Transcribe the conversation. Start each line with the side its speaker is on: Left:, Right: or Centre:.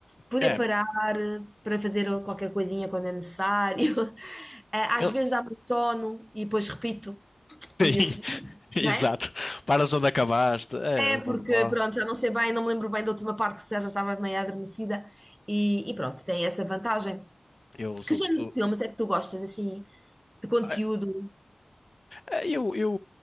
Centre: poder
Left: É,
Centre: parar eh, para fazer qualquer coisinha quando é necessário. <laughs> Ah,
Left: eu,
Centre: Às vezes dá-me sono e depois repito
Left: <laughs> sim,
Centre: no dia seguinte,
Left: exato.
Centre: não é?
Left: Paras onde acabaste, é
Centre: É,
Left: o
Centre: porque
Left: normal.
Centre: pronto, já não sei bem, não me lembro bem da última parte, se já estava meio adormecida e, e pronto, tem essa vantagem.
Left: Eu, os
Centre: Que
Left: ulti-
Centre: género
Left: o-
Centre: de filmes é que tu gostas, assim, de conteúdo?
Left: eh, eh, eu, eu